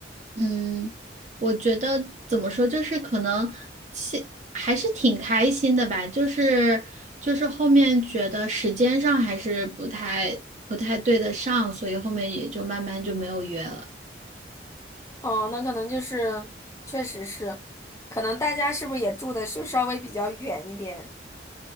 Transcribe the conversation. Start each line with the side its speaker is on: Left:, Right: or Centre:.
Right: 嗯，我觉得怎么说，就是可能现还是挺开心的吧，就是就是后面觉得时间上还是不太不太对得上，所以后面也就慢慢就没有约了。
Left: 哦，那可能就是，确实是，可能大家是不是也住的就稍微比较远一点？